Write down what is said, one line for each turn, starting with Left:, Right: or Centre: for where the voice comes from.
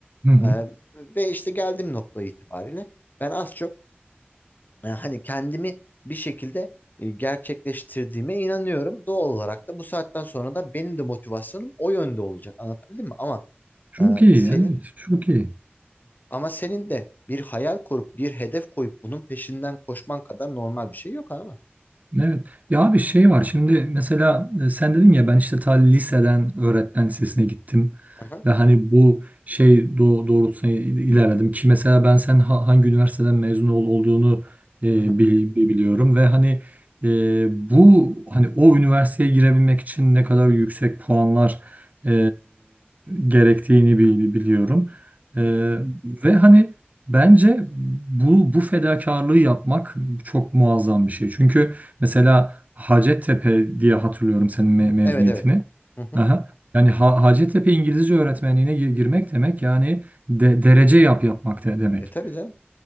Right: Hı hı.
Left: E, ve işte geldiğim nokta itibariyle ben az çok e, hani kendimi bir şekilde e, gerçekleştirdiğime inanıyorum. Doğal olarak da bu saatten sonra da benim de motivasyonum o yönde olacak. Anlatabildim mi? Ama
Right: Çok
Left: e,
Right: iyi,
Left: senin...
Right: evet, çok iyi.
Left: Ama senin de bir hayal kurup bir hedef koyup bunun peşinden koşman kadar normal bir şey yok abi.
Right: Evet. Ya bir şey var. Şimdi mesela e, sen dedin ya ben işte ta liseden öğretmen lisesine gittim
Left: Aha,
Right: ve hani bu şey do- doğrultusunda il- ilerledim ki mesela ben sen ha- hangi üniversiteden mezun ol- olduğunu e,
Left: aha,
Right: bili- biliyorum ve hani e, bu hani o üniversiteye girebilmek için ne kadar yüksek puanlar e, gerektiğini bi- biliyorum. E,
Left: aha.
Right: ve hani Bence bu bu fedakarlığı yapmak çok muazzam bir şey. Çünkü Mesela Hacettepe diye hatırlıyorum senin me- mezuniyetini.
Left: Evet evet. Hı hı.
Right: Aha. Yani Ha- Hacettepe İngilizce öğretmenliğine gi- girmek demek yani de- derece yap yapmak de- demek.
Left: E tabii canım.